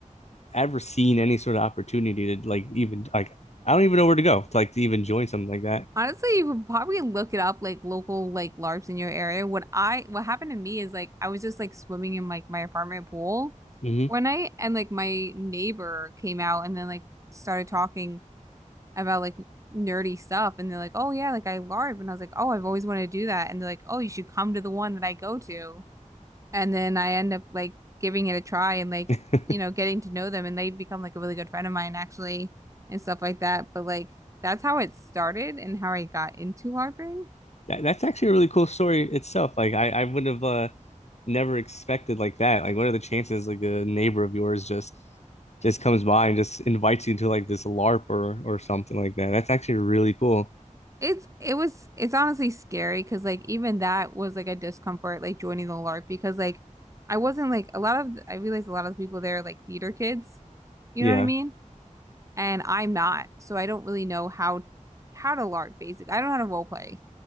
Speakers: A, on the left; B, on the right.
A: ever seen any sort of opportunity to like even like I don't even know where to go to like to even join something like that.
B: Honestly, you could probably look it up, like local like LARPs in your area. What I what happened to me is like I was just like swimming in like my apartment pool
A: hmm
B: one night, and like my neighbor came out and then like started talking about like nerdy stuff, and they're like, "Oh yeah, like I LARP," and I was like, "Oh, I've always wanted to do that," and they're like, "Oh, you should come to the one that I go to." and then I end up like giving it a try and like
A: <laughs>
B: you know getting to know them and they become like a really good friend of mine actually and stuff like that but like that's how it started and how I got into LARPing
A: That, that's actually a really cool story itself. Like I, I would have uh never expected like that. Like what are the chances like a neighbor of yours just just comes by and just invites you to like this LARP or or something like that. That's actually really cool.
B: it's it was it's honestly scary because like even that was like a discomfort like joining the LARP because like I wasn't like a lot of I realized a lot of the people there are like theater kids you
A: Yeah.
B: know what I mean and I'm not, so I don't really know how how to LARP basic. I don't know how to role play,